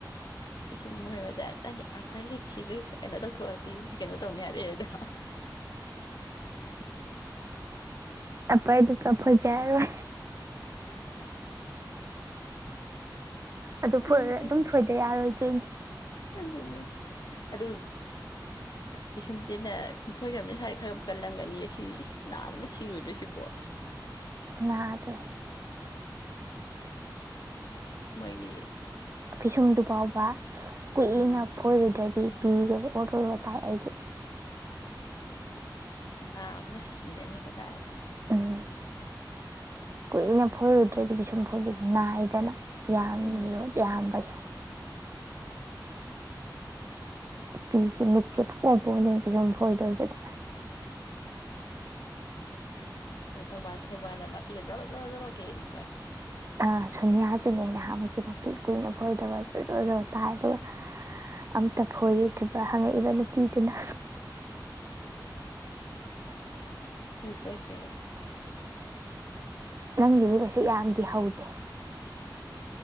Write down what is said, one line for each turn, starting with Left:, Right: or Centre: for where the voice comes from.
Left: ꯄꯤꯁꯨꯝ ꯑꯣꯏꯣꯏꯕꯗ ꯅꯪꯒꯤ ꯑꯄ ꯂꯤꯞꯁꯤꯁꯨ ꯀꯩꯅꯣ ꯇꯧꯊꯣꯛꯑꯗꯤ ꯀꯩꯅꯣ ꯇꯧꯅꯤ ꯍꯥꯏꯔꯛꯑꯦꯗꯣ
Right: ꯇꯄꯥꯏꯗꯨ ꯀꯞꯣꯏ ꯔ ꯑꯗꯨꯣꯏ
Left: ꯁꯤꯗꯅ
Right: ꯑꯗꯨꯝ ꯊꯣꯏꯗ ꯌꯥꯔꯣꯏ ꯇ
Left: ꯅꯦ ꯑꯗꯨ ꯄꯤꯁꯨꯝꯆꯦꯅ ꯁꯨꯝ ꯐꯣꯏꯗꯝꯅꯤ ꯁ꯭ꯋꯥꯏ ꯈꯔ ꯀꯜꯂꯝꯒꯅꯤ ꯁꯤ ꯏꯁ ꯅꯥꯕꯅ ꯁꯤꯔꯣꯏꯗꯣꯏ ꯁꯤꯕꯣ
Right: ꯅꯍꯥꯗꯤ
Left: ꯃꯥꯒꯤ
Right: ꯐꯤꯁꯨꯝꯗꯨ ꯐꯥꯎꯕ ꯀꯨꯏꯅ
Left: ꯎꯝ
Right: ꯐꯣꯏꯔꯨꯗ꯭ꯔꯗꯤ ꯄꯤꯒꯦꯁꯦ ꯑꯣꯔꯗꯔꯣ ꯇꯥꯏ ꯑꯩꯗꯤ
Left: ꯂꯕꯅ ꯁꯤꯤꯔꯅꯤ ꯀꯗꯥ ꯍꯥꯏꯔ
Right: ꯎꯝ ꯀꯨꯏꯅ ꯐꯣꯏꯔꯨꯗ꯭ꯔꯗꯤ ꯄꯤꯁꯁꯨꯝ ꯐꯣꯏꯕ ꯅꯥꯏꯗꯅ ꯌꯥꯝꯔꯣ
Left: ꯎꯝ
Right: ꯏꯌꯥꯝꯕꯒꯤ ꯄꯤꯁꯤꯦ ꯃꯤꯁꯦ ꯄꯄꯗꯅ ꯄꯤꯁꯨꯝ ꯍꯣꯏꯗꯣꯏꯕꯗ
Left: ꯀꯩꯅꯣ ꯇꯧ ꯃꯥꯔ ꯐꯣꯏꯕꯔꯗ ꯃꯥꯄꯤ ꯂ ꯆꯂꯣ ꯆꯂꯣ ꯆꯂꯣ ꯀꯩꯅꯤꯗꯣ
Right: ꯑ ꯁꯣꯅꯤꯌꯥꯁꯤꯅꯦ ꯅꯍꯃꯨꯛꯁ ꯃꯄꯤ ꯀꯨꯏꯅ ꯐꯣꯏꯗꯕꯖꯗꯣ ꯇꯥ ꯑꯗꯨꯒ ꯑꯝꯇ ꯐꯣꯏꯗ꯭ꯔꯤꯕ ꯍꯪꯉꯛꯏꯕ ꯅꯨꯄꯤꯗꯨꯅ
Left: ꯑꯗꯨ ꯁꯣꯏꯗ꯭ꯔꯦ ꯑꯩ
Right: ꯅꯪꯒꯤꯁꯨ ꯀꯩꯁꯨ ꯌꯥꯝꯗꯤ ꯍꯧꯗꯦ